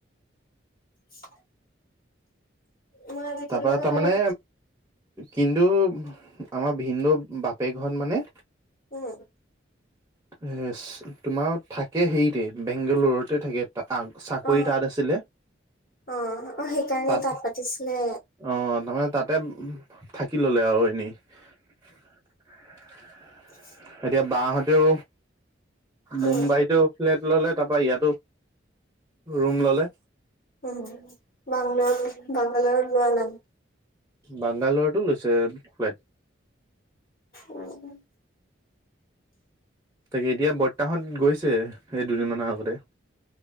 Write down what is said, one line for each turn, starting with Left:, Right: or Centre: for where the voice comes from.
Left: <unintelligible> মই আজিকালি
Right: তাৰপা
Left: মানে
Right: তাৰমানে।
Left: অলপ
Right: কিন্তু আমাৰ ভিন্দৌ বাপেক ঘৰত মানে
Left: উম।
Right: হে, তোমাৰ থাকে হেৰিতে বেংগালৰুতে থাকে। অ, চাকৰি
Left: অ
Right: তাত আছিলে
Left: অ অ সেইকাৰণে
Right: তাত
Left: পাতিছিলে
Right: অঁ, তাৰমানে তাতে থাকি ললে আও এনেই। <unintelligible>
Left: <unintelligible>
Right: এতিয়া বা সঁতেও
Left: উম
Right: মুম্বাইতো ফ্লেট ল'লে তাৰ পা ইয়াতো ৰুম ললে।
Left: উম বাংলৰত বাংগালৰত লোৱা নাই?
Right: বাংগালোৰতো লৈছে ফ্লাইট।
Left: উম উম।
Right: তাকে এতিয়া বৰ্তাসঁত গৈছে এই দুদিনমানৰ আগতে।